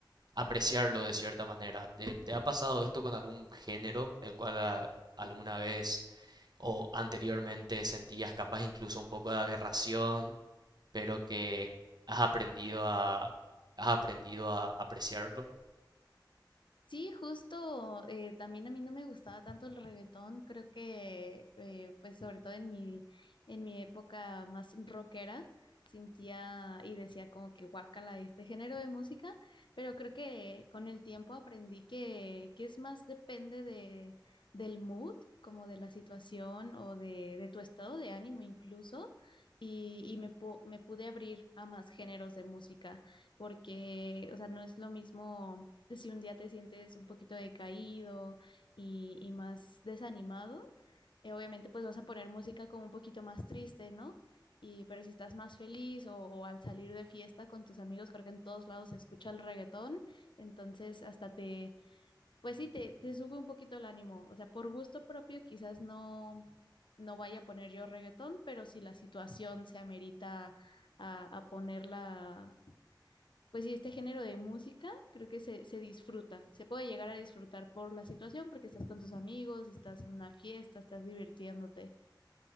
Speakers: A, on the right; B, on the left.
A: apreciarlo de cierta manera. ¿Te, te ha pasado esto con algún género el cual a- alguna vez o anteriormente sentías capaz incluso un poco de aberración? pero que has aprendido a, has aprendido a apreciarlo.
B: Sí, justo, eh, también a mí no me gustaba tanto el reggaetón, creo que eh, pues sobre todo en mi, en mi época más rockera sentía y decía como que guácala este género de música, pero creo que con el tiempo aprendí que, que es más depende de, del mood, como de la situación o de, de tu estado de ánimo incluso, y, y me, pu- me pude abrir a más géneros de música porque, o sea, no es lo mismo si un día te sientes un poquito decaído y, y más desanimado, eh, obviamente pues vas a poner música como un poquito más triste, ¿no? Y, pero si estás más feliz o, o al salir de fiesta con tus amigos, creo que en todos lados se escucha el reggaetón, entonces hasta te, pues sí, te, te sube un poquito el ánimo, o sea, por gusto propio quizás no, no vaya a poner yo reggaetón, pero si la situación se amerita a, a ponerla pues sí, este género de música creo que se, se disfruta, se puede llegar a disfrutar por la situación porque estás con tus amigos, estás en una fiesta, estás divirtiéndote.